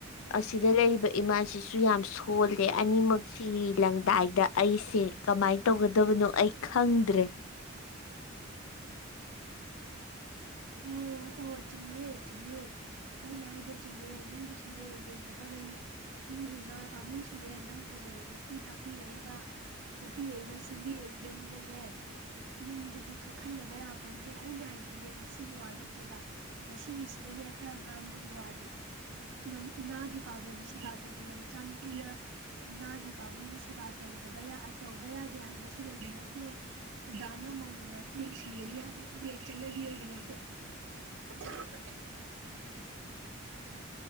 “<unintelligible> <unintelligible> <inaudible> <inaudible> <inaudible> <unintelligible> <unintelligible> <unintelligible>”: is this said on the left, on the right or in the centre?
Right